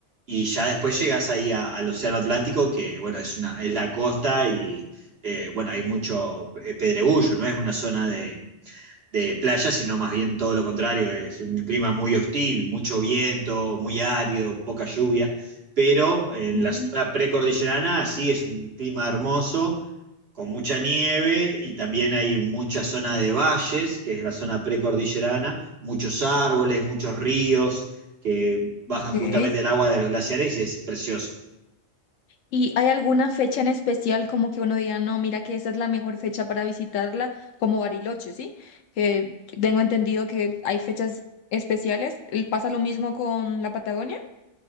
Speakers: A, on the right; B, on the left.
A: y ya después llegas ahí a- al Océano Atlántico, que bueno, es una, es la costa y eh, bueno, hay mucho eh, pedregullo, no es una zona de, de playa, sino más bien todo lo contrario, es un clima muy hostil, mucho viento, muy árido, poca lluvia, pero
B: ok,
A: en la zona precordillerana sí es un clima hermoso, con mucha nieve y también hay mucha zona de valles, que es la zona precordillerana, muchos árboles, muchos ríos que bajan
B: ok,
A: justamente
B: ok.
A: el agua de los glaciares y es precioso.
B: ¿Y hay alguna fecha en especial como que uno diga, no, mira que esa es la mejor fecha para visitarla, como Bariloche, ¿sí? Que tengo entendido que hay fechas especiales. ¿El- ¿Pasa lo mismo con la Patagonia?